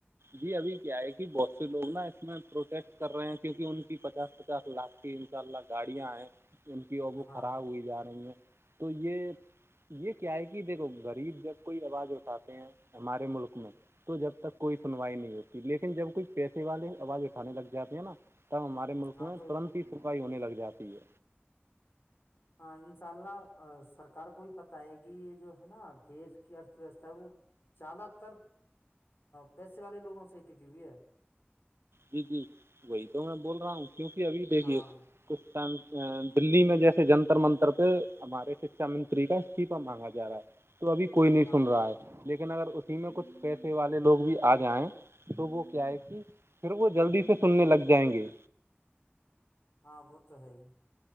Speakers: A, on the right (about 75°); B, on the left (about 60°).
A: جی ابھی کیا ہے کہ بہت سے لوگ نا اس میں پروٹسٹ کر رہے ہیں کیونکہ ان کی پچاس پچاس لاکھ ان شاء اللہ گاڑیاں آئے ان کی اور وہ
B: ہاں
A: خراب ہوئی جا رہی ہیں تو یہ یہ کیا ہے کہ دیکھو غریب جب کوئی آواز اٹھاتے ہیں ہمارے ملک میں تو جب تک کوئی سنوائی نہیں ہوتی لیکن جب کوئی پیسے والے آواز اٹھانے لگ جاتے ہیں نا تب ہمارے ملک
B: ہاں
A: میں
B: تو
A: ترنت ہی سنائی ہونے لگ جاتی ہے
B: ہاں انشاء اللہ سرکار کو بھی پتا ہے کہ یہ جو ہے نا دیش کی ارتھ ویوستھا وہ زیادہ تر پیسے والے لوگوں سے ہی ٹکی ہوئی ہے
A: جی جی وہی تو میں بول رہا ہوں کیوںکہ ابھی دیکھیے
B: ہاں
A: کچھ ٹائم دللی میں جیسے جنتر منتر پہ ہمارے شکچھا منتری کا استیفہ مانگا جا رہا ہے تو ابھی کوئی نہیں
B: ہاں
A: سن رہا ہے لیکن اگر اسی میں کچھ پیسے والے لوگ بھی آ جائیں تو وہ کیا ہے کہ پھر وہ جلدی سے سننے لگ جائیں گے
B: ہاں وہ تو ہے ہی